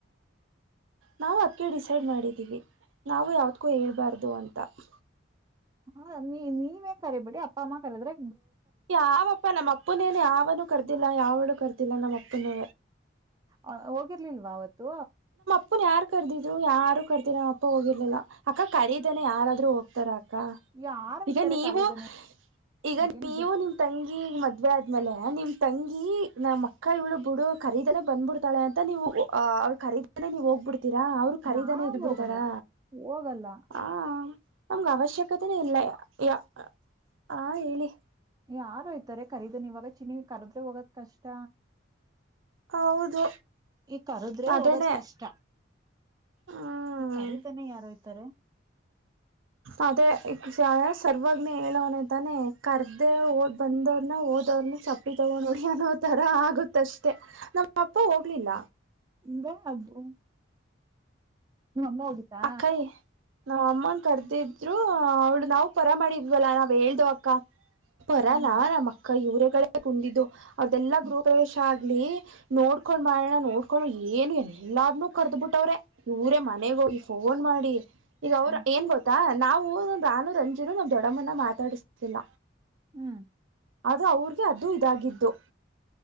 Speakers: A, on the right; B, on the right.
A: ನಾವು ಅದಕ್ಕೆ ಡಿಸೈಡ್ ಮಾಡಿದೀವಿ ನಾವು ಯಾವದಕ್ಕೂ ಹೇಳ್ಬಾರ್ದು ಅಂತ ತ್ತ
B: ಹ ನೀ ನೀವೇನ್ ಕರಿಬೇಡಿ ಅಪ್ಪ ಅಮ್ಮ ಕರದ್ರೆ
A: ಯಾವಪ್ಪ ನಮ್ಮ ಅಪ್ಪುನೇನೆ ಯಾವನುೂ ಕರ್ದಿಲ್ಲ ಯಾವಳು ಕರ್ತಿಲ್ಲಾ ನಮ್ಮ ಅಪ್ಪನೇ
B: ಹ ಹೋಗಿರ್ಲಿಲ್ವಾ ಅವತು
A: ಅಪ್ಪನ್ ಯಾರು ಕರ್ದಿದ್ರು ಯಾರು ಕರ್ದಿದರ ನ್ ಅಪ್ಪ ಹೋಗಿರ್ಲಿಲ್ಲ ಅಕ್ಕ ಕರೀದಾನೆ ಯಾರಾದ್ರೂ ಹೋಗ್ತಾರ ಅಕ್ಕ
B: ಯಾರು
A: ಈಗ
B: ಇತಾರೆ
A: ನೀವು
B: ಕರೀದನೆ
A: ಈಗ
B: ಏನ್
A: ನೀವು
B: ಬಿ
A: ನಿಮ್ ತಂಗಿ ಮದ್ವೆ ಆದ್ಮೇಲೆ ನಿಮ ತಂಗಿ ನಮ್ಮ ಮಕ್ಕ ಇಳು ಬಿಡು ಖರೀದನೆೇ ಬಂದ್ಬಿಡ್ತಾಳೆ ಅಂತ ನೀವು ಅವ ಖರೀದಾನೆ ನೀವ್ ಹೋಗ್ಬಿಡ್ತೀರಾ ಅವರು ಖರೀದಾನೇ
B: ನಾವ್
A: ಇದ್ಬಿಡ್ತಾರಾ
B: ಹೋಗಲ್ಲ ಹೋಗಲ್ಲ
A: ಹಾ ನಮ್ಗೆ ಅವಶ್ಯಕತೆನೇ ಇಲ್ಲ ಯ ಆ ಹೇಳಿ
B: ಯಾರು ಯ್ತಾರೆ ಕರೀದನ್ ಇವಾಗ ಚಿನ ಕರದ್ರೆ ಹೋಗದ ಕಷ್ಟ
A: ಹೌದು
B: ಈ ಕರದ್ರೆ
A: ಅದೇನೇ
B: ಹೋಗದ್ ಕಷ್ಟ
A: ಹ್ಮ್
B: ಈ ಕರಿದ್ದನೆೆ ಯಾರಯ್ತಾರೆ
A: ಅದೇ ಸರ್ವಾಜ್ಞೆ ಹೇಳುವನ ತಾನೆ ಕರ್ದ ಓದ್ ಬಂದವನ ಓದ ವ್ರನ್ನ ಚಪ್ಪಿ ತಗೊಂಡ ನೋಡಿ ಅನ್ನೋ ತರ ಆಗುತ್ತಷ್ಟೆ ನಮ್ಮ ಅಪ್ಪ ಹೋಗ್ಲಿಲ್ಲ
B: ಬಡು ನಿಮ್ಮ ಅಮ್ಮ ಹೋಗಿತಾ
A: ಅಕ್ಕಯಿ ನಾವ್ ಅಮ್ಮನ್ ಕರ್ದಿದ್ರು ಅವ್ಳು ನಾವವು ಪರ ಮಾಡಿದ್ವಲ್ಲಾ ನಾವ್ ಹೇಳ್ದ ಅಕ್ಕ ಬರಲ್ಲ
B: ಹ್ಮ್
A: ನಮ್ಮ ಅಕ್ಕ ಇವರಗಳೇ ಕುಂದಿದ್ದು ಅವ್ರದೆಲ್ಲಾ
B: ಹ್ಮ್
A: ಗೃಹಪ್ರವೇಶ ಲ್ಲಿ ನೋಡ್ಕೊಂಡ್ ಮಾಡೋಣ ನೋಡ್ಕೊಂಡು ಏನ್ ಎಲ್ಲಾರನುೂ ಕರ್ದ್ ಬಿಿಟ್ಟವ್ರೆ ಇವರೇ ಮನೆಗ ಹೋಗಿ ಫೋನ್ ಮಾಡಿ ಈಗ ಅವ್ರ
B: ಹ್ಮ್
A: ಏನ್ ಗೊತ್ತಾ ನಾವು ನಮ್ಮ ರಾನು ರಂಜೀನು ನಾವ್ ದೊಡ್ಡಮ್ಮನ್ನ ಮಾತಾಡಿಸಿಲ್ಲ
B: ಹ್ಮ್
A: ಅದು ಅವ್ರಗೆ ಅದು ಇದಾಗಿದ್ದು